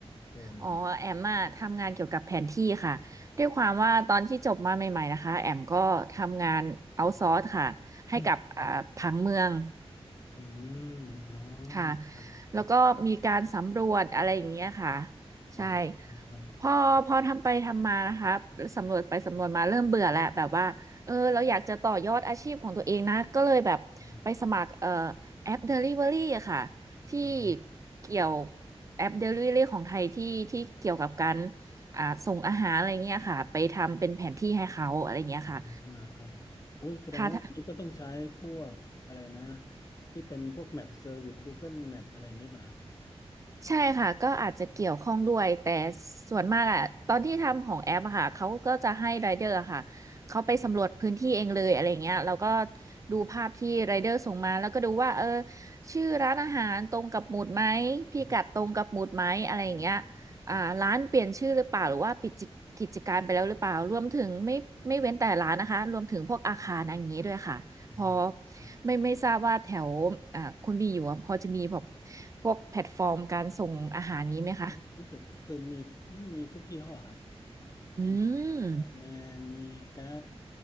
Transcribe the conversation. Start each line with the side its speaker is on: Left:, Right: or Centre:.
Left: เอองง
Right: อ๋อแอมอะทำงานเกี่ยวกับแผนที่ค่ะด้วยความว่าตอนที่จบมาใหม่ๆนะคะแอมก็ทำงานเอาซอร์สค่ะให้กับอ่าผังเมือง
Left: อืมอืมอ๋อ
Right: ค่ะ
Left: ครับ
Right: แล้วก็มีการสำรวจอะไรอย่างเงี้ยค่ะ
Left: อ๋อครับครับ
Right: ใช่พอพอทำไปทำมานะคะ สำรวจไปสำรวจมาเริ่มเบื่อแล้วแบบว่า เออเราอยากจะต่อยอดอาชีพของตัวเองนะ ก็เลยแบบไปสมัครเอ่อ
Left: อ
Right: แอป Delivery อะค่ะ ที่
Left: ๋อ
Right: เกี่ยวแอป Delivery ของไทยที่ที่เกี่ยวกับการอ่าส่งอาหารอะไรเงี้ยค่ะ ไปทำเป็นแผนที่ให้เขาอะไรเงี้ยค่ะ
Left: อ่าครับโอ้ยแสดงว่านี้ก็ต้องใช้พวกอะไรนะ
Right: ค่ะ
Left: ที่เป็นพวกแมปเซอร์วิส Google Map อะไรอย่างเงี้ยป่ะครับ
Right: ใช่ค่ะก็อาจจะเกี่ยวข้องด้วยแต่ส่วนมากอะตอนที่ทำของแอปอะค่ะเขาก็จะให้ไรเดอร์อะค่ะเขาไปสำรวจพื้นที่เองเลยอะไรเงี้ยแล้วก็ดูภาพที่ไรเดอร์ส่งมาแล้วก็ดูว่าเออชื่อร้านอาหารตรงกับหมุดไหม
Left: อ
Right: พิกัดตรงกับหมุดไหมอะไรอย่างเงี้ย
Left: ืมครับ
Right: อ่าร้านเปลี่ยนชื่อหรือเปล่าหรือว่าปิดกิจการไปแล้วหรือเปล่ารวมถึงไม่ไม่เว้นแต่ร้านนะคะรวมถึงพวกอาคารอย่างนี้ด้วยค่ะ
Left: อืมครับ
Right: พอไม่ไม่ทราบว่าแถวอ่าคุณบีอยู่อะพอจะมีแบบพวกแพลตฟอร์มการส่งอาหารนี้ไหมคะ
Left: อืมรู้สึกคือมีมีทุกยี่ห้อครับ
Right: อื
Left: มี
Right: ม
Left: แมนมีกราฟ